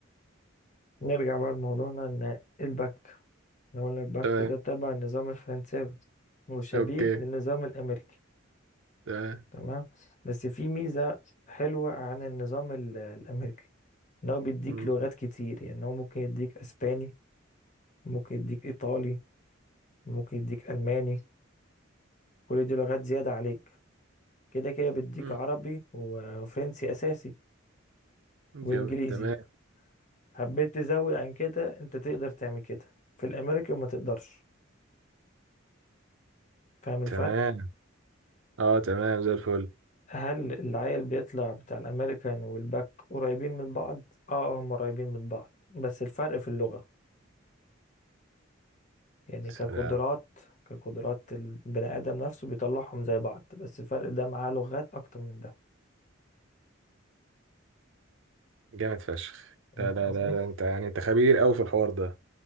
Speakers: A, on the left (about 35°); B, on the right (about 70°).
A: نرجع بقى لموضوعنا ان البك إحنا قلنا البك
B: تمام
A: ده تبع النظام الفرنساوي وشبيه
B: اوكي
A: للنظام الامريكي
B: تمام
A: تمام بس في ميزة حلوة عن النظام ال- الامريكي ان هو بيديك
B: مم.
A: لغات كتير يعني هو ممكن يديك اسباني ممكن يديك ايطالي ممكن يديك الماني كل دي لغات زيادة عليك كده كده بيديك
B: مم.
A: عربي و- وفرنسي اساسي
B: جامد
A: وانجليزي
B: تمام
A: حبيت تزود عن كده انت تقدر تعمل كده في الامريكان ما تقدرش فاهم الفرق
B: تمام اه تمام زي الفل
A: هل العيل بيطلع بتاع الامريكان والباك قريبين من بعض اه هم قريبين من بعض بس الفرق في اللغة يعني كقدرات
B: سلام
A: كقدرات البني آدم نفسه بيطلعهم زي بعض بس الفرق ده معاه لغات أكتر من ده
B: جامد فشخ
A: فهمت
B: لا لا
A: قصدي؟
B: لا لا انت يعني انت خبير قوي في الحوار ده